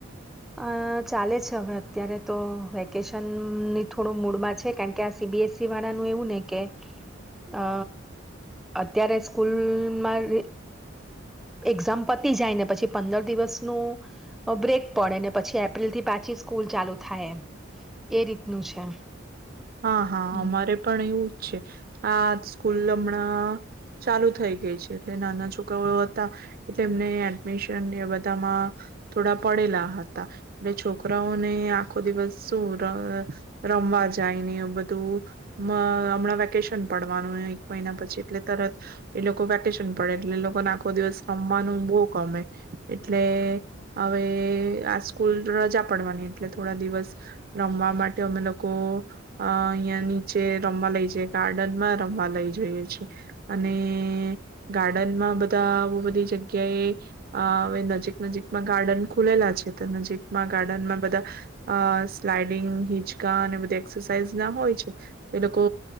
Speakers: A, in the centre; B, on the right (about 50°).
A: અ ચાલે છે હવે અત્યારે તો વેકેશનની થોડું મૂડમાં છે કારણ કે આ સી બી એસ ઇ વાળાનું એવું ને કે અ અત્યારે સ્કૂલમાં એક્ઝામ પતી જાય ને પછી પંદર દિવસનું બ્રેક. પડે ને પછી એપ્રિલ થી પાછી સ્કૂલ ચાલુ થાય એ રીતનું છે.
B: હા હા
A: હમ
B: અમારે પણ એવું. છે આ સ્કૂલ હમણાં ચાલુ થઈ ગઈ છે એટલે નાના છોકરાઓ હતા એટલે એમને એડમિશન એ બધામાં થોડા પડેલા હતા એટલે છોકરાઓને આખો દિવસ શું રમવા જાયને બધું હમણાં વેકેશન પડવાનું મહિના પછી એટલે તરત એ લોકો વેકેશન. પણ એટલે લોકોને આખો દિવસ રમવાનું બહુ ગમે એટલે હવે આ સ્કૂલ રજા પડવાની એટલે થોડા દિવસ રમવા માટે અમે લોકો અ અહિયાં નીચે રમવા લઈ જઈએ ગાર્ડનમાં રમવા લઈ જઈએ છે, અને ગાર્ડનમાં બધા બો બધી જગ્યાએ હવે નજીક નજીકમાં ગાર્ડન ખુલેલા છે તો નજીકમાં ગાર્ડનમાં બધા અ સ્લાઈડિંગ, હિચકા અને બધા સાઈઝ ના હોય છે તો એ લોકો